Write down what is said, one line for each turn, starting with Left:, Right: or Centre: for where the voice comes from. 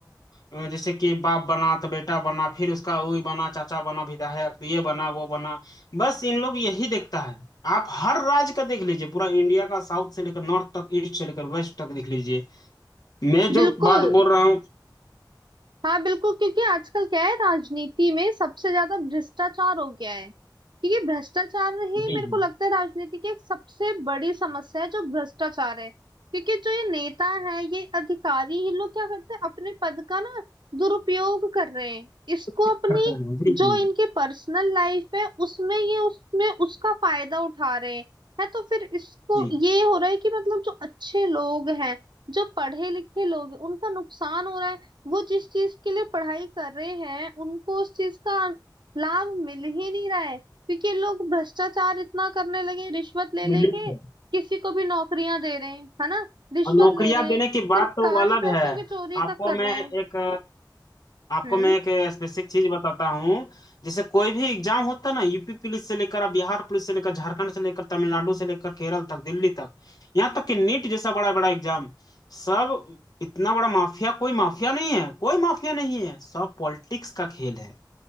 Left: अ, जैसे कि बाप बना तो बेटा बना फिर उसका वही बना चाचा बना विधायक ये बना वो बना बस इन लोग यही देखता है आप हर राज्य का देख लीजिए पूरा इंडिया का साउथ से लेकर नॉर्थ तक ईस्ट से लेकर वेस्ट तक देख लीजिए मैं जो
Right: बिल्कुल
Left: बात बोल रहा हूँ
Right: हाँ बिल्कुल क्योंकि आजकल क्या है राजनीति में सबसे ज्यादा भ्रष्टाचार हो गया है क्योंकि भ्रष्टाचार ही
Left: जी
Right: मेरे
Left: जी
Right: को लगता है राजनीति की एक सबसे बड़ी समस्या है जो भ्रष्टाचार है क्योंकि जो ये नेता है ये अधिकारी ये लोग क्या करते हैं अपने पद का ना दुरुपयोग कर रहे हैं इसको
Left: करता
Right: अपनी
Left: हूँ, जी
Right: जो
Left: जी
Right: इनकी पर्सनल लाइफ है उसमें ये उसमें उसका फायदा उठा रहे हैं है तो फिर इसको
Left: जी
Right: ये हो रहा है कि मतलब जो अच्छे लोग हैं जो पढ़े लिखे लोग हैं उनका नुकसान हो रहा है वो जिस चीज के लिए पढ़ाई कर रहे हैं उनको उस चीज का लाभ मिल ही नहीं रहा है क्योंकि ये लोग भ्रष्टाचार इतना करने लगे रिश्वत ले लेके
Left: मैं लिख रहा हूँ।
Right: किसी को भी नौकरियां दे रहे हैं है ना रिश्वत
Left: और नौकरियां
Right: ले रहे
Left: देने
Right: हैं
Left: की बात
Right: सरकारी
Left: तो वो अलग
Right: पैसों
Left: है
Right: की चोरी तक
Left: आपको
Right: कर रहे
Left: मैं
Right: हैं
Left: एक आपको
Right: हम्म
Left: मैं एक स्पेसिफिक चीज बताता हूँ जैसे कोई भी एग्जाम होता है ना यूपी पुलिस से लेकर आप बिहार पुलिस से लेकर झारखंड से लेकर तमिलनाडु से लेकर केरल तक दिल्ली तक यहाँ तक कि नीट जैसा बड़ा बड़ा एग्जाम सब इतना बड़ा माफिया कोई माफिया नहीं है कोई माफिया नहीं है सब पॉलिटिक्स का खेल है